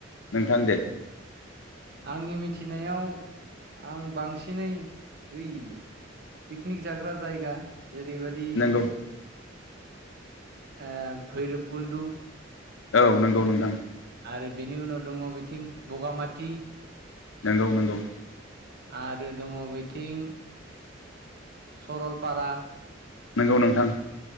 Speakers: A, on the left; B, on the right.
A: नोंथां दे।
B: आंनि मिथिनायाव आं बांसिनै बै पिकनिक जाग्रा जायगा जेरैबाय दि
A: नंगौ
B: ओ भैरोबकुन्दु
A: औ, नोंगौ नोंथां।
B: आरो बिनि उनाव दङ' बिथिं बगामाथि
A: नोंगौ नोंगौ।
B: आरो दङ' बैथिं सरलपारा
A: नोंगौ नोंथां।